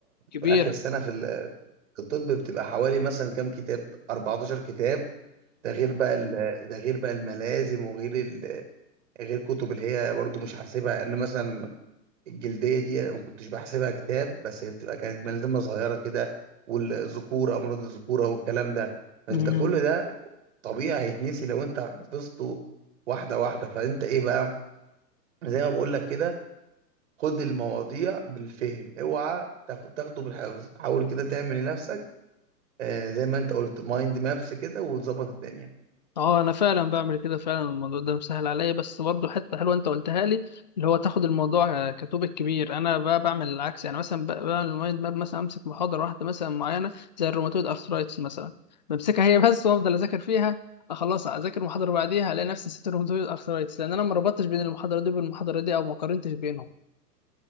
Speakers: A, on the left; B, on the right.
A: كبير
B: باخر سنة في ال- في الطب بتبقى حوالي مثلا كام كتاب 14 كتاب ده غير بقى ال- ده غير بقى الملازم وغير ال- غير كتب اللي هي برضو مش حاسبها ان مثلا الجلدية دي انا ما كنتش بحسبها كتاب بس هي بتبقى كانت ملازمة صغيرة كده والذكورة امراض الذكورة والكلام ده فانت
A: امم
B: كل ده طبيعي هيتنسي لو انت حفظته واحده واحده فانت ايه بقى زي ما بقول لك كده خد المواضيع بالفهم اوعى تاخ- تاخده بالحفظ حاول كده تعمل لنفسك آه، زي ما انت قلت مايند مابس كده وتظبط الدنيا
A: اه انا فعلا بعمل كده فعلا الموضوع ده مسهل عليا بس برضه حته حلوه انت قلتها لي اللي هو تاخد الموضوع آه، كتوبك كبير انا بقى بعمل العكس يعني مثلا ب- بعمل المايند ماب مثلا امسك محاضره واحده مثلا معينه زي الروماتويد ارثرايتس مثلا بمسكها هي بس وافضل اذاكر فيها آه، خلاص اذاكر محاضره بعديها الاقي نفسي نسيت الروماتويد ارثرايتس لان انا ما ربطتش بين المحاضره دي والمحاضره دي او ما قارنتش بينهم